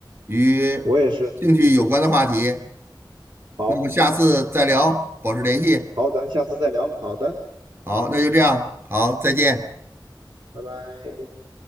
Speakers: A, on the right; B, on the right.
A: 与
B: 我也是，
A: 兴趣有关的话题。
B: 好
A: 那么下次再聊，保持联系。
B: 好，咱下次再聊。好的，
A: 好，那就这样，好，再见。
B: 拜拜。